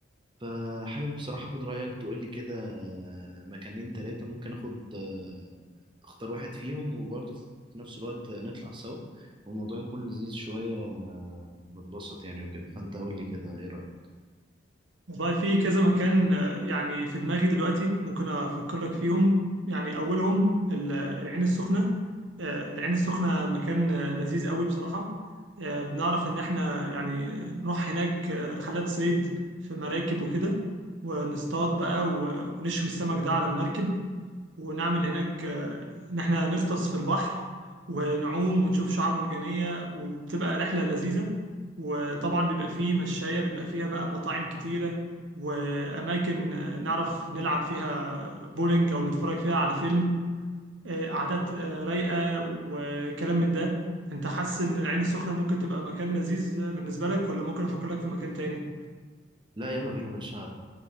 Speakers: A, on the right; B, on the right.
A: فحابب بصراحة اخد رأيك تقول لي كده مكانين تلاتة ممكن اخد آه، اختار واحد فيهم وبرضه في نفس الوقت نطلع سوا والموضوع يكون لذيذ شوية آه، نتبسط يعني وكده فانت قول لي كده ايه رأيك
B: والله في كذا مكان آه، يعني في دماغي دلوقتي ممكن أفكر لك فيهم يعني أولهم ال- العين السخنة آه، العين السخنة مكان آه، لذيذ قوي بصراحة آه، بنعرف إن إحنا يعني نروح هناك آه، رحلات صيد في مراكب وكده ونصطاد بقى و- ونشوي السمك ده على المركب ونعمل هناك آه، إن إحنا نغطس في البحر ونعوم ونشوف شعاب مرجانية وبتبقى رحلة لذيذة وطبعا بيبقى فيه مشاية بيبقى فيها بقى مطاعم كتيرة وأماكن آه، نعرف نلعب فيها بولينج أو نتفرج فيها على فيلم آه، قعدات آه، رايقة وكلام من ده أنت حاسس إن العين السخنة ممكن تبقى مكان لذيذ بالنسبة لك ولا ممكن أفكر لك في مكان تاني؟
A: لا يلا بينا يا باشا